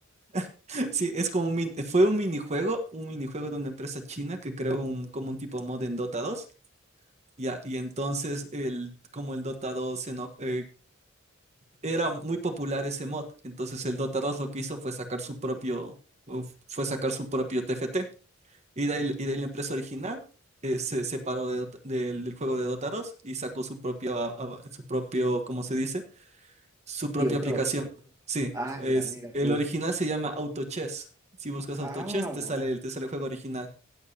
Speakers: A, on the right; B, on the right.
A: <laughs> sí, es como un, min- fue un minijuego, un minijuego de una empresa china que creó un, como un tipo mod en Dota 2. Ya, y entonces el, como el Dota 2 se eno- eh, era muy popular ese mod, entonces el Dota 2 lo que hizo fue sacar su propio, uf, fue sacar su propio TFT. Y de ahí, y de ahí la empresa original eh, se separó de Dota- del, del juego de Dota 2 y sacó su propio, a- a- su propio, ¿cómo se dice? Su propia
B: Videojuego.
A: aplicación. Sí,
B: Ah,
A: es,
B: la mira
A: el
B: tú.
A: original se llama AutoChess. Si buscas
B: Ah.
A: AutoChess, te sale, el- te sale el juego original.